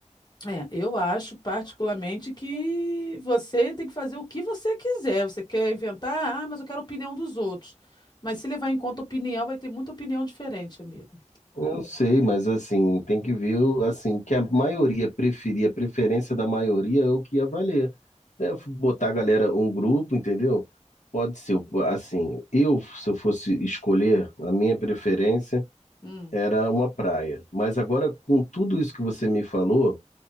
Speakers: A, on the left; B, on the left.
A: é, eu acho particularmente que você tem que fazer o que você quiser. Você quer inventar, ah, mas eu quero a opinião dos outros. Mas se levar em conta a opinião, vai ter muita opinião diferente, amigo.
B: eu sei, mas assim, tem que ver o- assim, o que a maioria preferir a preferência da maioria é o que ia valer. É, botar a galera, um grupo, entendeu? Pode ser, o- assim, eu, se eu fosse escolher, a minha preferência
A: Hum.
B: era uma praia. Mas agora, com tudo isso que você me falou,